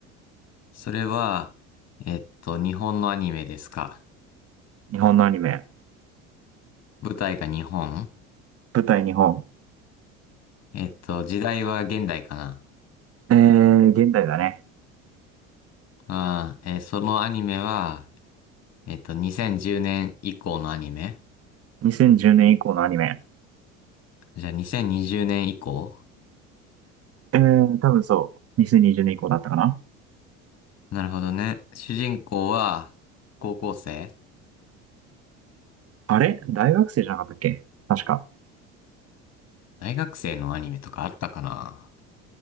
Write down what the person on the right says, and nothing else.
日本のアニメ。
舞台日本。
えー、現代だね。
2010年以降のアニメ。
えー、多分そう。2020年以降だったかな。
あれ大学生じゃなかったっけ確か。